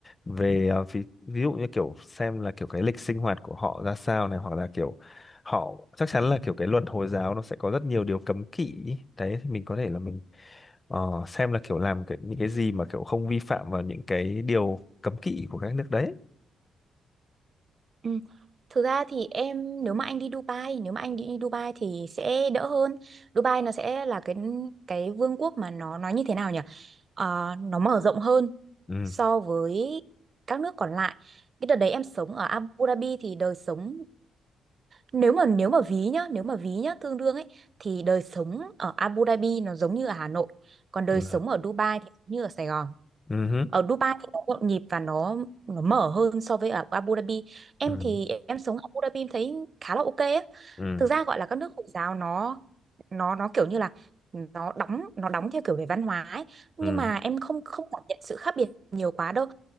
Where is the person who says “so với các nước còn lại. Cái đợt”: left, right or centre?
Right